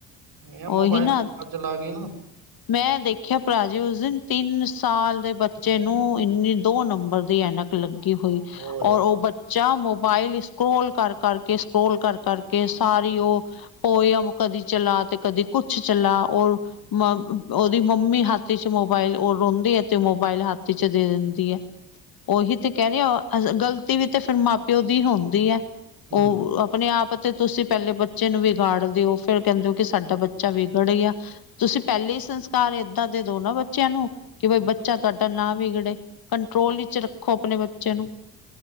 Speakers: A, on the right; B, on the left.
A: ਏ
B: ਉਹੀ
A: ਮੋਬਾਇਲ
B: ਨਾ
A: ਚਲਾ-ਚਲਾ ਕੇ ਨਾ।
B: ਮੈਂ ਦੇਖਿਆ ਭਰਾ ਜੀ ਉਸ ਦਿਨ ਤਿੰਨ ਸਾਲ ਦੇ ਬੱਚੇ ਨੂੰ ਇਨੀ ਦੋ ਨੰਬਰ ਦੀ ਐਨਕ ਲੱਗੀ ਹੋਈ
A: ਓਏ ਹੋ
B: ਔਰ ਓ ਬੱ ਚਾ ਮੋਬਾਇਲ ਸਕਰੋਲ ਕਰ-ਕਰਕੇ, ਸਕਰੋਲ ਕਰ-ਕਰਕੇ ਸਾਰੀ ਓ ਪੋਇਮ ਕਦੀ ਚਲਾ ਤੇ ਕਦੀ ਕੁਛ ਚਲਾ ਔਰ ਮ ਓਦੀ ਮੰਮੀ ਹੱਥ ਚ ਮੋਬਾਇਲ ਓ ਰੋਂਦੀ ਐ ਤੇ ਮੋਬਾਇਲ ਹੱਥ ਚ ਦੇ ਦਿੰਦੀ ਐ। ਓਹੀ ਤੇ ਕੈ ਰੀ ਆ, ਗ਼ਲਤੀ ਵੀ ਤੇ ਫੇਰ ਮਾਂ- ਪਿਉ ਦੀ ਹੁੰਦੀ ਐ,
A: ਹੂੰ
B: ਓ ਅ ਅਪਣੇ ਆਪ ਤੇ ਤੁਸੀਂ ਪੈਲੇ ਬੱਚੇ ਨੂੰ ਵਿਗਾੜਦੇ ਓ ਫੇਰ ਕੈਂਦੇ ਓ ਕਿ ਸਾਡਾ ਬੱਚਾ ਵਿਗੜ ਗਿਆ। ਤੁਸੀਂ ਪੈਲੇ ਈ ਸੰਸਕਾਰ ਏਦਾਂ ਦੇ ਦੋ ਨਾ ਬੱਚਿਆਂ ਨੂੰ ਕਿ ਬਈ ਬੱਚਾ ਤੁਆਡਾ ਨਾ ਵਿਗੜੇ, ਕੰਟਰੋਲ ਇਚ ਰੱਖੋ ਅਪਣੇ ਬੱਚੇ ਨੂੰ।